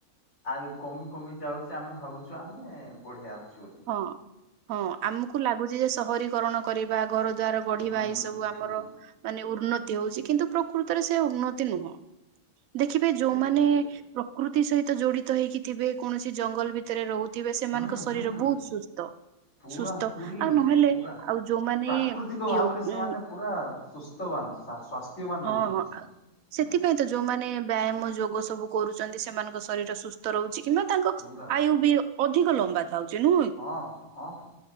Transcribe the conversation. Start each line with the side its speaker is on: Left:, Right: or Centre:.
Left: ଆଉ କମି କମି ଯାଉଛି ଆମେ ଭାବୁଛୁ ଆମେ ବଢିଆ ଅଛୁ ବୋଲି।
Right: ହଁ ହଁ ଆମକୁ ଲାଗୁଛି ଯେ ସହରୀକରଣ କରିବା। ଘର ଦ୍ୱାର ଗଢିବା
Left: ହୁଁ
Right: ଏଇ ସବୁ ଆମର
Left: ହୁଁ
Right: ମାନେ ଉନ୍ନତି ହଉଛି କିନ୍ତୁ ପ୍ରକୃତରେ ସେ ଉନ୍ନତି ନୁହଁ ଦେଖିବେ ଯୋଉମାନେ
Left: ସେଇଟା ସେଇଟା
Right: ପ୍ରକୃ ତି ସହିତ ଜଡିତ ହେଇକିଥିବେ କୌଣସି ଜଙ୍ଗଲ ଭିତରେ ରହୁଥିବେ ସେମାନଙ୍କ
Left: ହୁଁ
Right: ଶରୀର
Left: ହୁଁ।
Right: ବହୁତ ସୁସ୍ଥ।
Left: ପୁରା
Right: ସୁସ୍ଥ
Left: ପୁରୀ
Right: ଆଉ ନହେଲେ
Left: ପୁରା
Right: ଆଉ ଯୋଉମାନେ
Left: ପ୍ରାକୃତିକ ଭାବରେ
Right: ୟୋ
Left: ସେମାନେ ପୁରା ସୁସ୍ଥବାନ। ସ୍ଵାସ୍ଥ୍ୟବାନ
Right: ହଁ
Left: ରହୁଛନ୍ତି
Right: ହଁ
Left: ସେମାନେ
Right: ଆ ସେଥିପାଇଁ
Left: ହଁ
Right: ତ ଯୋଉମାନେ ବ୍ୟାୟାମ ଯୋଗ ସବୁ କରୁଛନ୍ତି ସେମାନଙ୍କ ଶରୀର ସୁସ୍ଥ ରହୁଛି କିମ୍ବା ତାଙ୍କ
Left: ପୁରା
Right: ଆୟୁ ବି ଅଧିକ ଲମ୍ବା ଥାଉଛି ନୁ
Left: ହଁ ହଁ ତ।